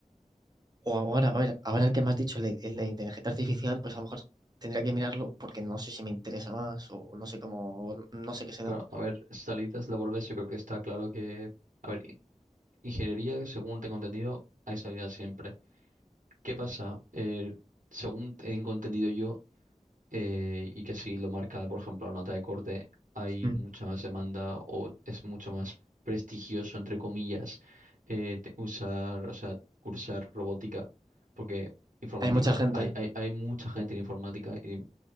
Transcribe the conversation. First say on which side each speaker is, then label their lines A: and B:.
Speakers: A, on the right (about 30°); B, on the right (about 80°).
A: o ahora, a ver, ahora el que me has dicho, el de, el de inteligencia artificial, pues a lo mejor tendría que mirarlo porque no sé si me interesa más o no sé cómo, o no sé qué se
B: Claro,
A: da.
B: a ver, salidas laborales yo creo que está claro que... A ver, i- ingeniería, según tengo entendido, hay salidas siempre. ¿Qué pasa? Eh, según tengo entendido yo, eh, y que si lo marca, por ejemplo, la nota de corte, hay
A: Mm.
B: mucha más demanda o es mucho más prestigioso, entre comillas, eh, te- usar, o sea, cursar robótica, porque informático,
A: Hay mucha gente,
B: hay, hay, hay mucha gente en informática y...